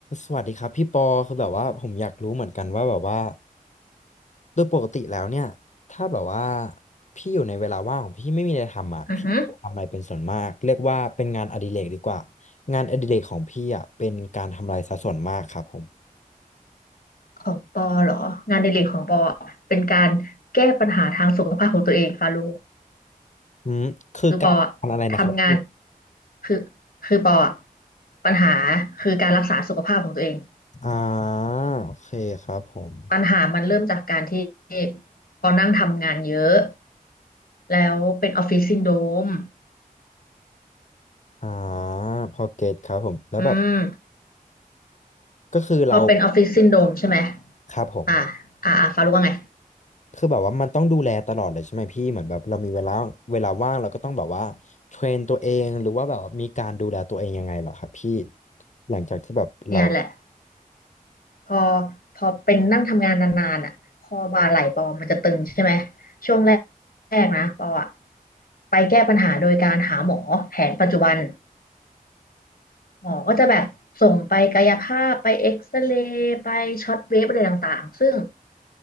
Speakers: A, on the left; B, on the left.
A: สวัสดีครับพี่ปอคือแบบว่าผมอยากรู้เหมือนกันว่าแบบว่าโดยปกติแล้วเนี่ยถ้าแบบว่าพี่อยู่ในเวลาว่างของพี่ไม่มีอะไรทำอ่ะพี่ทำอะไรเป็นส่วนมากเรียกว่าเป็นงานอดิเรกดีกว่า
B: อือฮึ
A: งานอดิเรกของพี่อ่ะเป็นการทำลายซะส่วนมากครับผม
B: ของปอเหรอ งานอดิเรกของปออะเป็นการแก้ปัญหาทางสุขภาพของตัวเองฟาโล
A: อืมคือการทำอะไรนะครับพี่
B: คือปออะทำงานคือคือปออะปัญหาคือการรักษาสุขภาพของตัวเอง
A: อ่าโอเคครับผม
B: ปัญหามันเริ่มจากการที่ปอนั่งทำงานเยอะ แล้วเป็นออฟฟิศซินโดรม
A: อ่าพอเก็ตครับผมแล้วแบบ
B: อืม
A: ก็คือเรา
B: พอเป็นออฟฟิศซินโดรมใช่ไหม
A: ครับผม
B: อ่าอ่าอ่าฟาโลว่าไง
A: คือแบบว่ามันต้องดูแลตลอดเลยใช่ไหมพี่เหมือนแบบเรามีเวลาเวลาว่างเราก็ต้องแบบว่าเทรนตัวเองหรือว่าแบบว่ามีการดูแลตัวเองยังไงเหรอครับพี่หลังจากที่แบบเรา
B: เนี่ยแหละ พอพอเป็นนั่งทำงานนานๆอ่ะคอบ่าไหล่ปอมันจะตึงใช่ไหมช่วงแรกๆนะปออ่ะไปแก้ปัญหาโดยการหาหมอแผนปัจจุบันหมอก็จะแบบส่งไปกายภาพไปเอ็กซเรย์ไปช็อตเวฟอะไรต่างๆซึ่ง